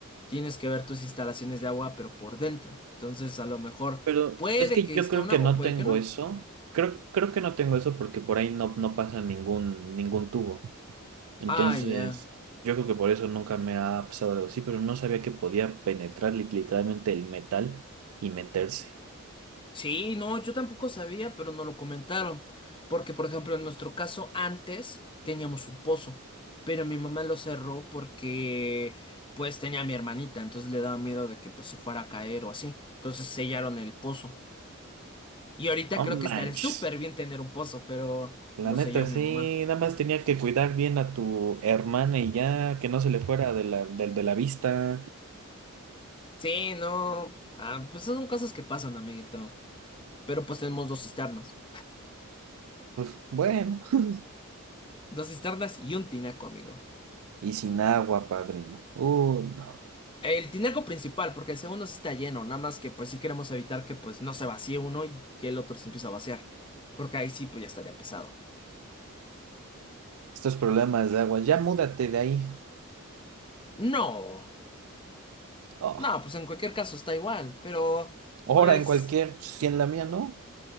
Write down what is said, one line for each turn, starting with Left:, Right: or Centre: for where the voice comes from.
Left: tienes que ver tus instalaciones de agua, pero por dentro. Entonces a lo mejor
Right: Pero
Left: puede
Right: es que
Left: que
Right: yo
Left: esté
Right: creo
Left: una
Right: que no
Left: o puede
Right: tengo
Left: que no.
Right: eso. Creo, creo que no tengo eso porque por ahí no, no pasa ningún, ningún tubo. Entonces,
Left: Ah, ya.
Right: yo creo que por eso nunca me ha pasado algo así, pero no sabía que podía penetrar lit- literalmente el metal y meterse.
Left: Sí, no, yo tampoco sabía, pero no lo comentaron. Porque, por ejemplo, en nuestro caso, antes teníamos un pozo, pero mi mamá lo cerró porque, pues, tenía a mi hermanita, entonces le daba miedo de que, pues, se fuera a caer o así. Entonces sellaron el pozo. Y ahorita
Right: Oh,
Left: creo
Right: manches.
Left: que estaré súper bien tener un pozo, pero
Right: La
Left: lo
Right: neta,
Left: selló
Right: sí,
Left: mi mamá.
Right: nada más tenía que cuidar bien a tu hermana y ya, que no se le fuera de la, del- de la vista.
Left: Sí, no. Ah, pues son cosas que pasan, amiguito. Pero pues tenemos dos cisternas.
Right: Pues bueno. <laughs>
Left: Dos cisternas y un tinaco, amigo.
Right: Y sin agua, padrino. Uh, no.
Left: El tinaco principal, porque el segundo sí está lleno, nada más que pues sí queremos evitar que pues no se vacíe uno y que el otro se empiece a vaciar, porque ahí sí pues ya estaría pesado.
Right: Estos problemas de agua. Ya múdate de ahí.
Left: No,
Right: Oh.
Left: no, pues en cualquier caso está igual, pero
Right: Ahora
Left: pues
Right: en cualquier, si en la mía no.